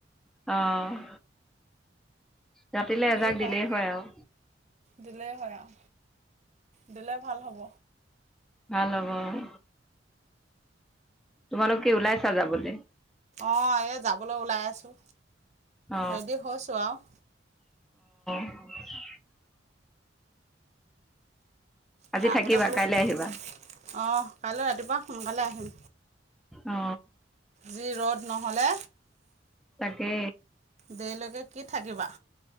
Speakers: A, in the centre; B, on the right.
A: অ'। ৰাতিলে
B: কি
A: এজাক
B: হয়
A: দিলেই আৰু
B: দিলেই হয় আও। দিলে ভাল হ'ব।
A: ভাল হব অ'। তোমালোক কি ওলাইছা যাবলে?
B: অ', এই যাবলে ওলাই আছোঁ।
A: অ
B: ৰেডি হৈছোঁ আৰু।
A: <inaudible> আজি
B: তাৰ আগতে
A: থাকিবা
B: বোলো,
A: কাইলৈ
B: অ',
A: আহিবা
B: কাইলে ৰাতিপুৱা সোনকালে আহিম।
A: অ
B: যি ৰ'দ নহ'লে।
A: সে
B: দেইলৈকে কি থাকিবা।